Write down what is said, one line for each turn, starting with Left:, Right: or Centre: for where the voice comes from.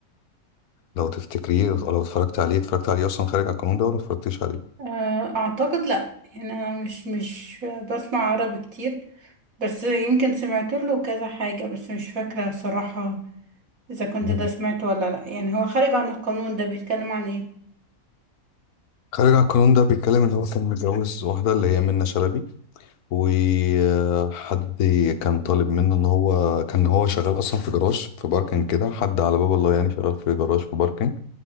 Left: لو تفتكريه لو اتفرجت عليه اتفرجت عليه أصلا خارج على القانون ده ولا اتفرجتيش عليه؟
Right: آه، أعتقد لأ يعني أنا مش مش بسمع عربي كتير بس يمكن سمعت له كذا حاجة بس مش فاكرة صراحة إذا كنت
Left: مم.
Right: ده سمعته ولا لأ يعني هو خارج عن القانون ده بيتكلم عن إيه؟
Left: خارج على القانون ده بيتكلم إن هو كان متجوز واحدة اللي هي منة شلبي وحد كان طالب منه ان هو كان هو شغال اصلا في جراج في باركنج كده حد على باب الله يعني شغال في جراج في باركنج